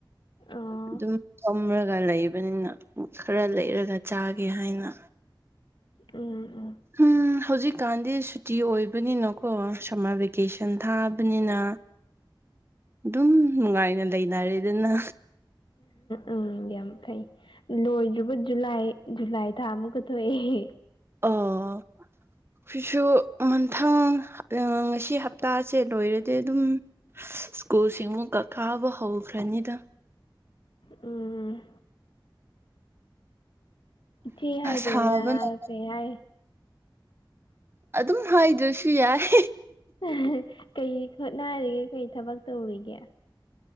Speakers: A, on the left (about 70°); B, on the right (about 30°).
A: ꯑꯣ
B: ꯑꯗꯨꯝ ꯊꯝꯔꯒ ꯂꯩꯕꯅꯤꯅ ꯈꯔ ꯂꯩꯔꯒ ꯆꯥꯒꯦ ꯍꯥꯏꯅ
A: ꯎꯝ
B: ꯎꯝ ꯍꯧꯖꯤꯛꯀꯥꯟꯗꯤ ꯁꯨꯇꯤ ꯑꯣꯏꯕꯅꯤꯅꯀꯣ ꯁꯝꯃꯔ ꯚꯦꯀꯦꯁꯟ ꯊꯥꯕꯅꯤꯅ ꯑꯗꯨꯝ ꯅꯨꯡꯉꯥꯏꯅ ꯂꯩꯅꯔꯦꯗꯅ
A: ꯎꯝ ꯌꯥꯝ ꯐꯩ ꯂꯣꯏꯗ꯭ꯔꯤꯕ ꯖꯨꯂꯥꯏ ꯖꯨꯂꯥꯏ ꯊꯥ ꯑꯃꯨꯛꯀ ꯊꯣꯛꯑꯦ
B: ꯑꯣ ꯀꯣꯏꯁꯨ ꯃꯥꯊꯪ ꯉꯁꯤ ꯍꯞꯇꯥꯁꯦ ꯂꯣꯏꯔꯗꯤ ꯑꯗꯨꯝ__ ꯁ꯭ꯀꯨꯜꯁꯤꯡ ꯑꯃꯨꯛ ꯀꯥꯕ ꯍꯧꯈ꯭ꯔꯅꯤꯗ
A: ꯎꯝ ꯏꯆꯦ ꯍꯥꯏꯗꯣꯏꯔ
B: ꯁꯥꯕꯅ
A: ꯀꯩ ꯍꯥꯏ__
B: ꯑꯗꯨꯝ ꯍꯥꯏꯗ꯭ꯔꯁꯨ ꯌꯥꯏ
A: ꯎꯝ <unintelligible> ꯀꯩ ꯍꯣꯠꯅꯔꯤꯒꯦ ꯀꯩ ꯊꯕꯛ ꯇꯧꯔꯤꯒꯦ